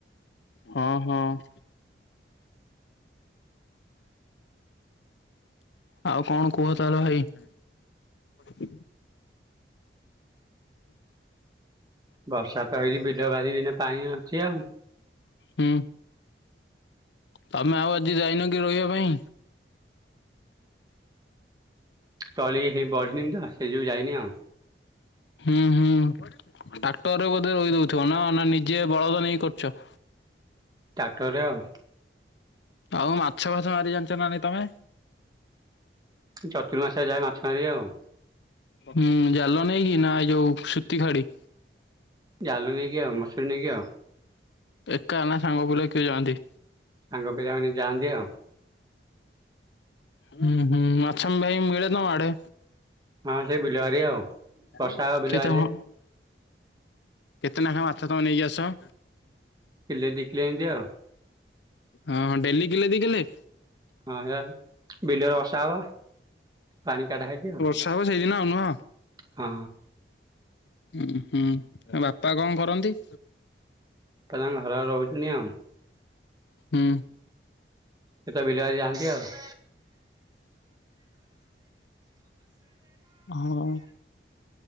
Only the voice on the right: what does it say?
ବର୍ଷା ତ ହେଇକି ବିଲ ବାରି ଏଇନା ପାଣି ଅଛି ଆଉ।
ତଳି ହେଇ ବଢିନି ତ ସେଇ ଯୋଗୁ ଯାଇନି ଆଉ।
ଟ୍ରାକ୍ଟରରେ ଆଉ।
ଚତୁର୍ ମାସରେ ଯାଏ ମାଛ ମାରିବେ ଆଉ।
ଜାଲ ନେଇକି ଆଉ ମସୁରି ନେଇକି ଆଉ।
ସାଙ୍ଗ ପିଲାମାନେ ଯାଆନ୍ତି ଆଉ।
ହଁ ସେଇ ବିଲ ବାରି ଆଉ।
ବର୍ଷା ହବ ବିଲବାରିରେ
କିଲେ ଦିକିଲେ ଏମିତି ଆଉ।
ହଁ ଏ ବିଲରେ ବର୍ଷା ହବ ପାଣି କାଢା ହେଇଚି ଆଉ।
ହଁ।
<unintelligible>
ସେ ତ ବିଲି ବାରି ଯାଆନ୍ତି ଆଉ। <inaudible>